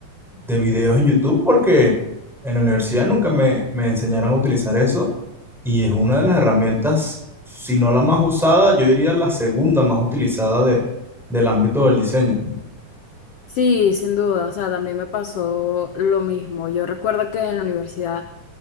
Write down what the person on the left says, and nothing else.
Sí, sin duda, o sea, también me pasó lo mismo. Yo recuerdo que en la universidad,